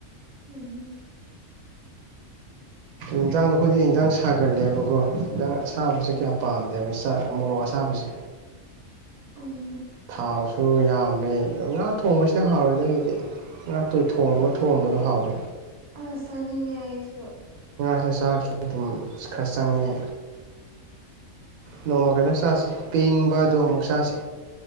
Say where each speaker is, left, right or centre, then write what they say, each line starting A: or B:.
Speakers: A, on the right (about 45°); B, on the right (about 80°).
A: ꯎꯝ
B: ꯏꯟꯖꯥꯡꯗꯣ ꯑꯩꯈꯣꯏꯗꯤ ꯌꯦꯟꯖꯥꯡ ꯁꯥꯒꯜꯂꯦꯕꯀꯣ ꯌꯦꯟꯖꯥꯡ ꯁꯥꯕꯁꯦ
A: ꯎꯝ
B: ꯀꯌꯥ ꯄꯥꯝꯗꯦꯕ꯫ ꯆꯥꯛ ꯃꯣꯔꯣꯛ ꯑꯁꯥꯕꯁꯦ꯫
A: ꯎꯝ
B: ꯊꯥꯎꯁꯨ ꯌꯥꯝꯃꯦ ꯉꯥ ꯊꯣꯡꯕꯁꯤꯅ ꯍꯥꯎꯔꯦꯗ ꯑꯩꯒꯤꯗꯤ꯫ ꯉꯥꯇꯣꯏ ꯊꯣꯡꯕ ꯊꯣꯡꯕꯗꯣ ꯍꯥꯎꯋꯦ꯫
A: ꯑꯁ ꯆꯅꯤꯡꯉꯦ ꯑꯩꯁꯨ꯫
B: ꯉꯥꯁꯤꯅ ꯆꯥꯛꯁꯨ ꯑꯗꯨꯝ ꯈꯔ ꯆꯪꯉꯦ꯫ ꯅꯣꯡꯃ ꯀꯩꯅꯣ ꯆꯥꯁꯦ ꯄꯦꯡꯕ ꯑꯗꯣ ꯑꯃꯨꯛ ꯆꯥꯁꯦ꯫